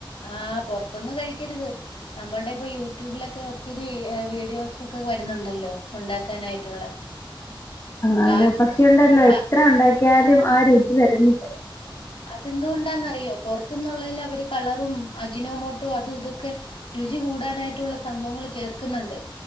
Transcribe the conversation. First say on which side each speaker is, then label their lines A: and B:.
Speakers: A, on the left (about 85°); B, on the left (about 35°).
A: ആഹ് പുറത്തൊന്നും കഴിക്കരുത് നമ്മളുടെ ഇപ്പ യു യൂട്യൂബിലൊക്കെ ഒത്തിരി വീഡിയോസ് ഒക്കെ വരുന്നുണ്ടല്ലോ ഉണ്ടാക്കാനായിട്ടുള്ള
B: ആണ്
A: കാരണം
B: പക്ഷയുണ്ടല്ലോ
A: പ
B: എത്ര ഉണ്ടാക്കിയാലും ആ രുചി വരുന്നില്ല
A: അതെന്തുകൊണ്ടാന്നറിയോ പുറത്തന്നുള്ളതിൽ അവര് കളറും അജിനോമോട്ടോ അതും ഇതൊക്കെ രുചി കൂടാനായിട്ടുള്ള സംഭവങ്ങൾ ചേർക്കുന്നുണ്ട്.